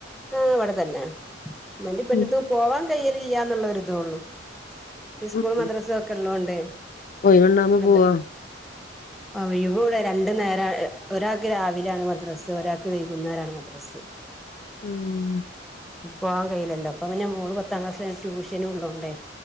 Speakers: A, in the centre; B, on the left.
A: ആ ഇവിടെ തന്നെ ഇമ്മന്റിം ഇപ്പന്റിംട്ത്ത്ക്ക്
B: ഉം.
A: പോവാൻ കയലില്ലാന്ന്ള്ള ഒര് തെള്ളൂ.. ഇസ്കൂളും
B: ഉം.
A: മദ്രസെക്കെ ഉള്ളോണ്ടേ.
B: ഒഴിവുണ്ടാവുമ്പോ
A: അതെ
B: പോവോ?
A: ആ ഒഴിവുല്ല രണ്ടു നേരം ഒരാൾക്ക് രാവിലെയാണ് മദ്രസ് ഒരാൾക്ക് വൈകുന്നേരണ് മദ്രസ്.
B: ഉം.
A: പോവാൻ കയിലല്ലോ അപ്പൊ പിന്നെ മോള് പത്താം ക്ലാസ്സി ട്യൂഷനും ഉള്ളോണ്ടേ.